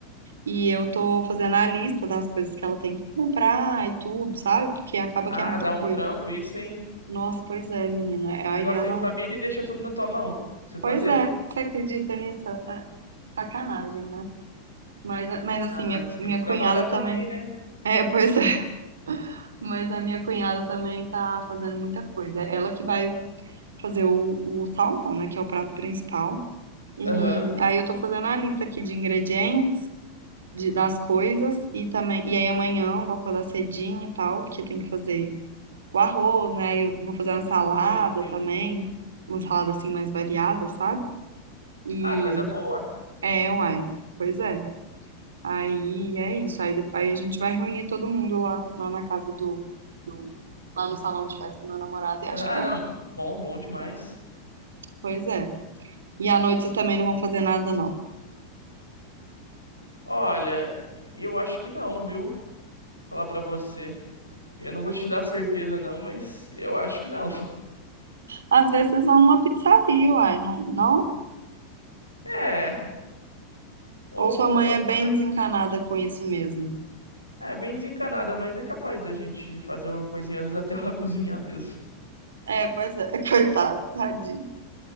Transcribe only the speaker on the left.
Ah,
dá
um trampo, isso, hein?
Negócio
é em família e deixa tudo na tua mão. Pra você fazer?
Ah,
você
tem que trabalhar
também,
né?
Aham.
Sim, sim.
Ah, coisa boa.
Ah,
não. Bom, bom demais.
Olha, eu acho que não, viu? Falar pra você. Eu não vou te dar certeza, não, mas eu acho que não. <laughs>
É. Ou,
ou
talvez.
É bem desencanada, mas é capaz da gente fazer uma coisinha, às vezes até ela <laughs> cozinhar mesmo.